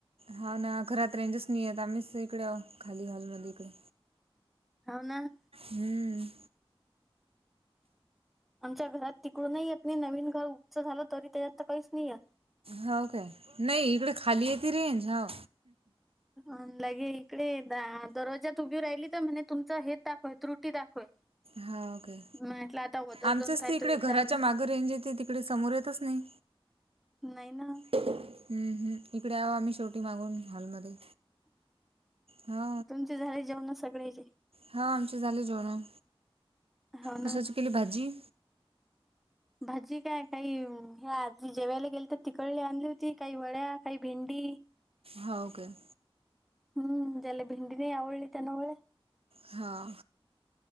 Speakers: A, on the right; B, in the centre.
A: हा ना, घरात रेंजच नाही येत आम्हीच इकडे आहो, खाली हॉलमध्ये इकडे.
B: होव ना.
A: हम्म.
B: आमच्या घरात तिकडून नाही येत नाही, नवीन घर उच्च झालं तरी त्याच्यात काहीच नाही ये.
A: होव काय नाही इकडे खाली येती रेंज हो.
B: अ लगे इकडे दरवाज्यात उभी राहिली, तर म्हणे तुमचं हेच दाखवय त्रुटी दाखवय.
A: हाव काय
B: म्हटलं आता वदर
A: आमचंच
B: जाऊन पाहतो
A: तिइकडे,
B: एकदा
A: घराच्या
B: मी
A: मागं रेंजेते तिकडे समोर येतच नाही.
B: नाही ना.
A: हम्म हम्म, इकडे हाव आम्ही शेवटी मागून हॉलमध्ये. हो
B: तुमचे झाले जेवण सगळ्याचे.
A: हा आमचे झाले जेवण,
B: हो ना
A: कशाची केली भाजी.
B: भाजी काय काही हे आधी जेवायला गेले तर तिकळली आणली होती. काही वड्या काही भेंडी.
A: हो काय.
B: हम्म त्याला भिंडी नाही आवळी ते नवळे.
A: ह..